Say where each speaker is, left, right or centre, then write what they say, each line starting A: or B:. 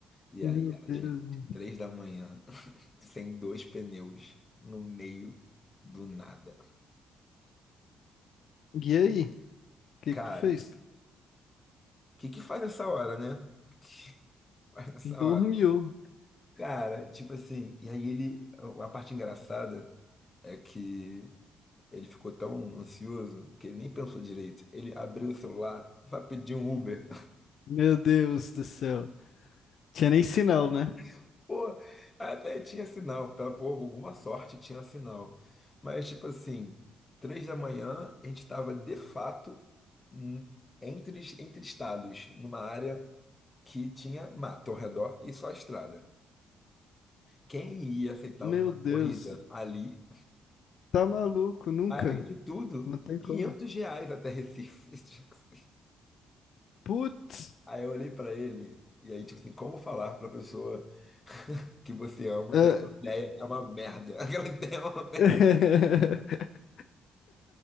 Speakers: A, on the left (about 20°); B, on the left (about 65°).
A: E
B: Meu
A: aí, a
B: Deus.
A: gente, três da manhã, <laughs> sem dois pneus, no meio do nada.
B: E aí? O que
A: Cara,
B: que tu fez?
A: o que que faz essa hora, né? <laughs> Faz essa
B: Dormiu.
A: hora. Cara, tipo assim, e aí ele, a parte engraçada é que ele ficou tão ansioso que ele nem pensou direito. Ele abriu o celular, vai pedir um Uber.
B: Meu Deus do céu. Tinha nem sinal, né?
A: <laughs> Pô, até tinha sinal, pela por alguma sorte tinha sinal. Mas tipo assim, três da manhã a gente estava de fato n- entre, es- entre estados, numa área que tinha mato ao redor e só estrada. Quem ia aceitar
B: Meu
A: uma
B: Deus.
A: corrida ali?
B: Tá maluco, nunca.
A: Além de tudo,
B: Não tem como.
A: 500 reais até Recife. <laughs> Tipo assim.
B: Putz!
A: Aí eu olhei pra ele, e aí, tipo assim, como falar pra pessoa que você ama
B: Ah,
A: que aquela ideia é uma merda? <laughs> Aquela ideia é uma merda.
B: <laughs>